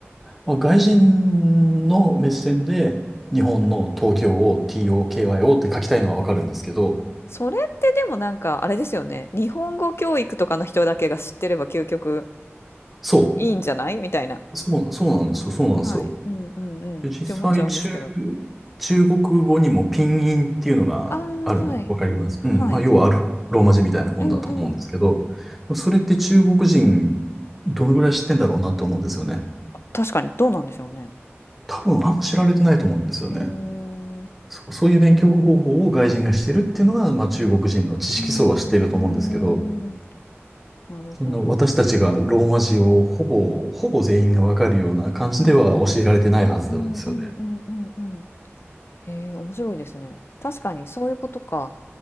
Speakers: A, in the centre; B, on the left.
A: まあ、外人の目線で日本の東京を TOKYO って書きたいのはわかるんですけど、
B: それってでもなんかあれですよね。日本語教育とかの人だけが知ってれば究極
A: そ
B: いいんじゃないみたいな。
A: う、そう、そうなんですよ、そうなんですよ。
B: はい。うんうんうん。
A: で、実際、
B: って思っちゃうんですけど。
A: 中、中国語にもピンインっていうのがあるの。
B: ああ、はい。
A: わかります。うん。
B: はい。
A: まあ、要はアル、ローマ字みたいなもんだと思うんですけど、
B: うんうん。
A: それって中国人、どのぐらい知ってんだろうなと思うんですよね。
B: 確かにどうなんでしょうね。
A: 多分、あんま知られてないと思うんですよね。
B: へえ。
A: そう、そういう勉強方法を外人がしてるっていうのは、まあ、中国人の知識層は知ってると思うんですけど、
B: うーん。なるほど。
A: そんな私たちがローマ字をほぼ、ほぼ全員がわかるような感じでは教えられてないはずなんですよね。
B: はい。うんうんうんうんうん。へえ、面白いですね。確かにそういうことか。